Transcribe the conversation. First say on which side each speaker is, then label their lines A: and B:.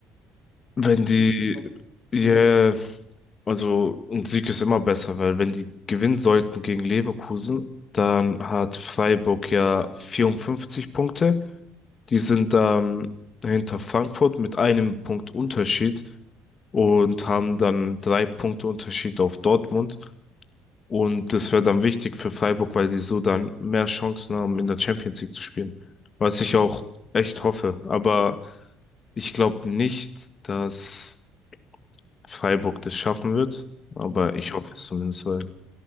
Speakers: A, on the left; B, on the left.
A: wenn die,
B: fünfter Platz.
A: ja,
B: Nee.
A: also ein Sieg ist immer besser, weil wenn die gewinnen sollten gegen Leverkusen, dann hat Freiburg ja 54 Punkte. Die sind dann hinter Frankfurt mit einem Punkt Unterschied und haben dann drei Punkte Unterschied auf Dortmund. Und das wäre dann wichtig für Freiburg, weil die so dann mehr Chancen haben, in der Champions League zu spielen. Was ich auch echt hoffe. Aber ich glaube nicht, dass Freiburg das schaffen wird. Aber ich
B: Mhm.
A: hoffe es zumindest, weil,